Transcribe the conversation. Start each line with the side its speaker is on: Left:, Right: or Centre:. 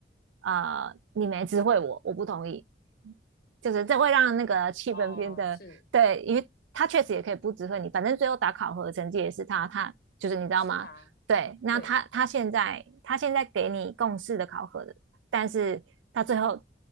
Right: 啊、呃你没知会我，我不同意，就是这会让那个气氛变得对，
Left: 哦，是
Right: 因为他确实也可以不指挥你，反正最后打考核成绩也是他，他就是你知道吗？
Left: 是他，
Right: 对，那他他现在他现在给你共事的考核的，
Left: 对，
Right: 但是他最后